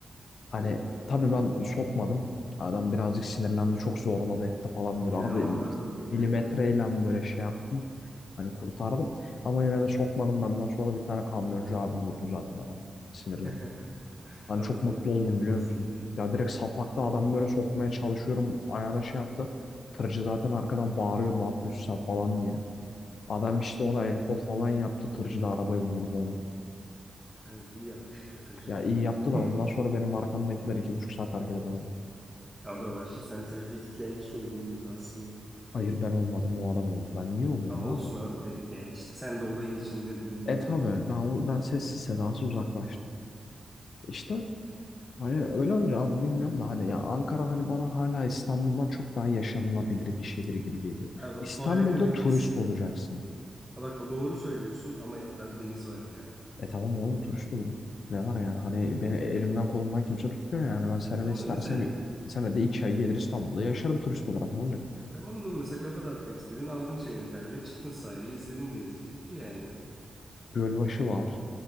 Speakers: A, on the left; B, in the centre.
A: Hani
B: Eyvah.
A: tabii ben sokmadım. Adam birazcık sinirlendi. Çok zorladı etti falan
B: Bir
A: böyle. Arada
B: de Anvaralıydı galiba.
A: milimetreyle böyle şey yaptım. Hani kurtardım. Ama yine de sokmadım. Benden sonra bir tane kamyoncu abi vurdu zaten adamı. Sinirlenip.
B: <laughs>
A: Hani
B: Abi
A: çok
B: onu
A: mutlu oldum
B: yapmasınlar.
A: biliyor musun?
B: diye.
A: Ya direkt sapakta adam böyle sokmaya çalışıyorum. Ayağına şey yaptı. Tırcı zaten arkadan bağırıyor ne yapıyorsun sen falan diye. Adam işte ona el kol falan yaptı. Tırcı da arabayı vurdu ona.
B: Kanka iyi yapmış Hatırcı
A: Ya
B: abi.
A: iyi yaptı
B: <laughs>
A: da ondan sonra benim arkamdakiler iki buçuk saat hareket edemedi.
B: Ya o da var. Sen trafiğe kilitleyen kişi oldun aslında.
A: Hayır ben olmadım o adam oldu. Ben niye oluyorum
B: Ya olsun
A: abi?
B: abi de yani işte sen de olayın içinde bulundun
A: E tabii
B: yani.
A: ben, o- ben sessiz sedasız uzaklaştım. İşte hani
B: Heh.
A: öyle olur abi bilmiyorum da hani ya Ankara hani bana hala İstanbul'dan çok daha yaşanılabilir bir şehir gibi geliyor.
B: Abi
A: İstanbul'da
B: harika bir
A: turist
B: tez.
A: olacaksın.
B: Ha bak o doğru söylüyorsun ama abi deniz var ya.
A: E tamam oğlum turist olurum. Ne var yani hani
B: Öyle.
A: beni elimden kolumdan kimse tutmuyor yani ben senede
B: Tamam
A: istersem
B: da mesela
A: senede iki ay gelir İstanbul'da yaşarım turist olarak ne olacak?
B: tamam da oğlum mesela kafa dağıtmak istedin aldın çayını kahveni çıktın sahile izledin denizi bitti yani.
A: Gölbaşı var.